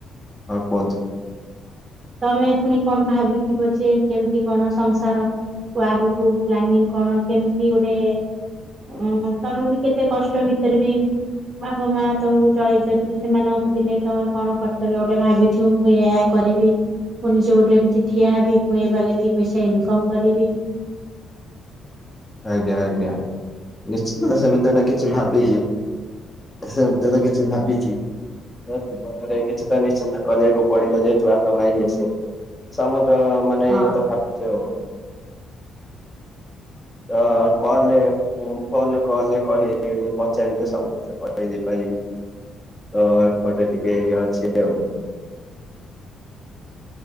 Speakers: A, on the left (about 20°); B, on the right (about 40°).
A: ହଁ କୁହନ୍ତୁ।
B: ତମେ ପୁଣି କଣ ଭାବିଥିବ ଯେ କେମିତି କଣ ସଂସାର, ଆଗକୁ ପ୍ଲାନିଂ କଣ କେମିତି ଗୋଟେ ଓଁ ତମେ ବି କେତେ କଷ୍ଟ ଭିତରେ ବି ବାପା ମା ତମକୁ ଚଳେଇଚନ୍ତି ସେମାନ ପ୍ରତି ନେଇ ତମର କଣ କର୍ତ୍ତବ୍ୟ ଗୋଟେ ଭାବିଚି ତୁମେ ଏଆ କରିବି। ମୁଁ ନିଜ ଗୋଡେ ରେ ଏମିତି ଠିଆ ହେବି ମୁଁ ଏ ବାଗେ ଦି ପଇସା ଇନକମ୍ କରିବି।
A: ଆଜ୍ଞା ଆଜ୍ଞା ନିଶ୍ଚିତ ସେମିତି ଗୋଟେ କିଛି ଭାବିଚି। ସେମିତି ହେଲେ କିଛି ଭାବିଚି। ତ ଜୀବନରେ କିଛିତ ନିଶ୍ଚିନ୍ତ କରିବାକୁ ପଡିିବ ଯେହେତୁ ଆ କପା ମାଇ ଆସେ। ସମ ତ ମାନେ
B: ହଁ।
A: ଏଇ କଥା ଭାବୁଛି ଆଉ। ତଅଁ କଲ୍ ରେ ମୁଁ ଫୋନ କଲ୍ କହି ପଚାରିଲେ ସବୁ କେରେଇ ଦେଇେଇ ପାରିବି। ତ ଏପଟେ ଟିକେ ଇଏ ଅଛି ଆଉ।